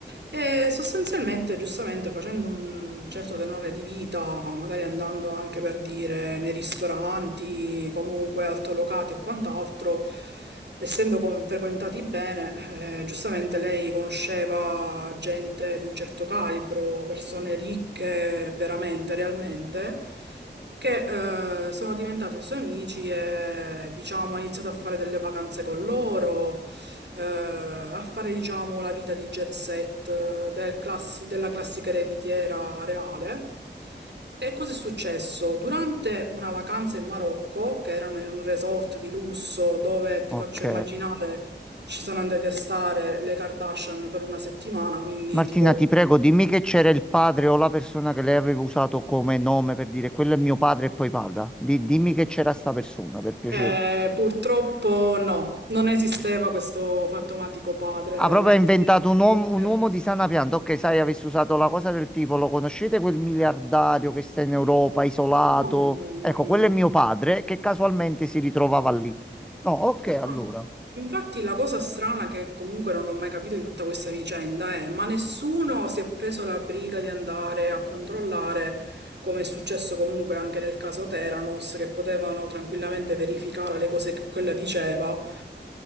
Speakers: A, on the right; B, in the centre.
A: E sostanzialmente, giustamente, facendo un certo tenore di vita, magari andando anche per dire nei ristoranti, comunque altolocati e quant'altro, essendo com- frequentati bene, eh, giustamente lei conosceva gente di un certo calibro, persone ricche veramente, realmente che eh, sono diventate sue amici e diciamo ha iniziato a fare delle vacanze con loro, eh, a fare diciamo la vita di jet set eh, del classi- della classica ereditiera reale. E cosa è successo? Durante una vacanza in Marocco, che erano in un resort di lusso dove ti
B: Ok.
A: faccio immaginare ci sono andate a stare le Kardashian per una settimana, quindi
B: Martina,
A: tipo
B: ti prego, dimmi che c'era il padre o la persona che lei aveva usato come nome per dire quello è mio padre e poi paga. Di- dimmi che c'era sta persona, per piacere.
A: Eh, purtroppo no, non esisteva questo fantomatico padre
B: Ha proprio
A: né
B: inventato
A: tedesco
B: un uomo,
A: né
B: un uomo
A: russo.
B: di sana pianta. Ok, sai, avessi usato la cosa del tipo, lo conoscete quel miliardario che sta in Europa, isolato?
A: No, no, no,
B: Ecco,
A: no.
B: quello è mio padre, che casualmente si ritrovava lì. No, ok,
A: No.
B: allora.
A: Infatti la cosa strana che comunque non ho mai capito di tutta questa vicenda è, ma nessuno si è preso la briga di andare a controllare, come è successo comunque anche nel caso Theranos, che potevano tranquillamente verificare le cose che quella diceva,